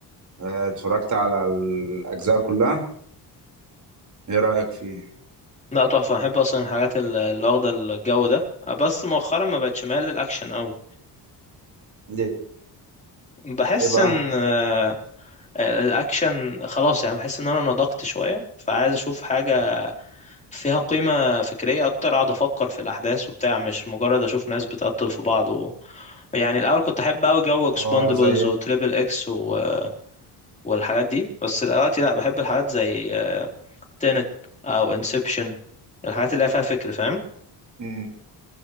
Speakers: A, on the right; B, on the left.
A: آه، اتفرجت على الاجزاء كلها ايه رأيك فيه
B: لا تحفة أنا بحب أصلا الحاجات ال- اللي واخدة الجو ده بس مؤخرا ما بقتش مايل للأكشن أوي
A: ليه
B: بحس
A: ليه بقى
B: إن آه، الأكشن خلاص يعني بحس إن أنا نضجت شوية فعايز أشوف حاجة فيها قيمة فكرية أكتر أقعد أفكر في الأحداث وبتاع مش مجرد أشوف ناس بتقتل في بعض و... يعني الأول كنت أحب أوي جو إكسباندبلز
A: اه زي
B: وتريبل إكس و... والحاجات دي بس دلوقتي لأ بحب الحاجات زي تينت أو انسبشن الحاجات اللي هي فيها فكر فاهم
A: مم.